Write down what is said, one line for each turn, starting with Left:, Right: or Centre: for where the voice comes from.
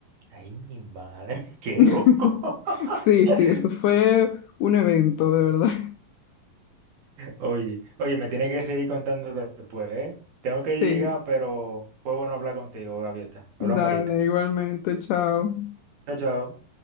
Right: Ay, mi madre, qué
Left: <laughs>
Right: loco.
Left: Sí,
Right: <laughs>
Left: sí, eso fue un evento, de verdad.
Right: Oye, oye, me tiene que seguir contando después, ¿eh? Tengo que
Left: <laughs>
Right: llegar,
Left: Sí.
Right: pero fue bueno hablar contigo, Gaviota. Hablamos
Left: Dale,
Right: ahorita.
Left: igualmente, chao.
Right: Chao, chao.